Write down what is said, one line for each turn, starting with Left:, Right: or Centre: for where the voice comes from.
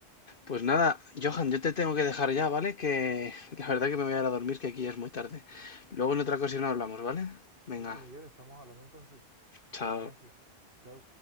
Left: Pues nada, Johan, yo te tengo que dejar ya, ¿vale? Que la verdad que me voy a ir a dormir, que aquí ya es muy tarde. Luego en otra ocasión hablamos, ¿vale? Venga,
Right: Listo, Miguel, estamos hablando entonces.
Left: chao.
Right: Que descanses. Chao.